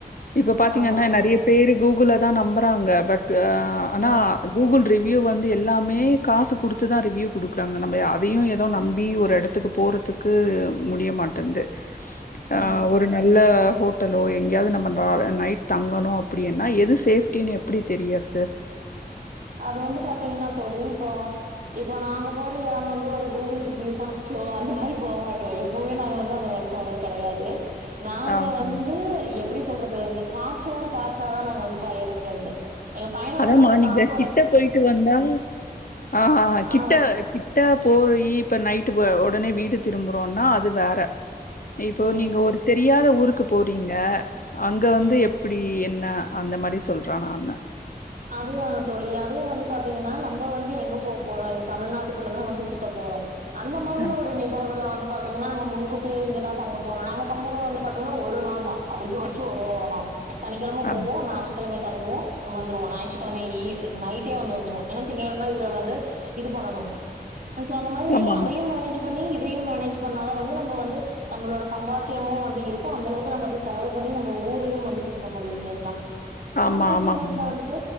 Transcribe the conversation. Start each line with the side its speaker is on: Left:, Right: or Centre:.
Left: இப்ப பாத்தீங்கன்னா
Right: ஆமாங்க
Left: நெறைய பேர் கூகுள தா நம்புறாங்க பட் ஆனா
Right: ம்
Left: கூகுள் ரிவ்யூ வந்து எல்லாமே காசு குடுத்துதா ரிவ்யூ குடுக்குறாங்க நம்ம அதையு ஏதோ நம்பி ஒரு எடத்துக்கு போறதுக்கு முடியமாட்டேது
Right: ம்
Left: ஆ ஒ ரு நல்ல ஹோட்டலோ எங்கேயாவது நம்ம அ நைட் தங்கணு அப்டினா எது சேஃப்டினு எப்டி தெரியற து
Right: அது வந்து பாத்தீங்கன்னா தோழி இப்போ இப்ப நாங்க போற எடம் வந்து ஒரு கூகுள் ரிவியூ பாத்துட்டோ அந்த மாரி போ மாட்டோ எப்பவுமே நாங்க வந்து அந்த மாரி போனது கெடையாது நாங்க
Left: ஆமா.
Right: வந்து எப்புடி சொல்றது இந்த காற்றோட காற்றாதா நாங்க வந்து பயணிக்கெறது எங்க பயணம்
Left: அதாம்மா
Right: வந்து அந்த
Left: நீங்க
Right: காத்
Left: கிட்ட போயிட்டு வந்தா ஆ கிட்ட
Right: ஆ
Left: கி ட்ட போயி இப்ப நைட் வ உடனே வீடு திரும்புறோனா அது வேற இப்போ
Right: ம்
Left: நீங்க ஒரு தெரியாத ஊருக்கு போறீங்க அங்க வந்து
Right: ம்
Left: எப் பிடி என்ன அந்த மாரி சொல்றானானு
Right: அதுதாங்க தோழி அதுவு வந்து பாத்தீங்கன்னா நம்ம வந்து எங்க போ போறோ எங்க தமிழ்நாட்டுக்குள்ளதா வந்து சுத்த போறோ அந்த மாரி
Left: அ
Right: ஒரு நி கழ்வுல வந்து பாத்தீங்கன்னா நாங்க முன்கூட்டியே இங்கதா தங்க போறோ நாங்க தங்கற வந்து பாத்தீங்கன்னா ஒரு நாள் தா அதிகபட்ச ஒரே ஒரு நாள் சனிக்கெழம
Left: ஆ
Right: போவோ ஞாயிதுக்கெழம தங்குவோ வந்து இப்போ ஞாயிற்றுக்கெழமை இ நைட்டே வந்து வந்துருவோ ஏன்னா திங்ககெழம இவரு வந்து இது பண்ணனும் சோ அந்த மாதிரி
Left: ஆமாமா.
Right: அதையு மேனேஜ் பண்ணி இதையும் மேனேஜ் பண்ணாதான் வந்து நம்ம வந்து நம்மளோட சம்பாத்தியமு வந்து இருக்கு அந்த அளவுக்கு நம்ம அது செலவு பண்ணி நம்ம ஊரையும் வந்து சுற்ற முடியும் இல்லைங்களா அந்த
Left: ஆமா
Right: மாரி
Left: ஆமாமா.
Right: சமயத்துல வந்துட்டு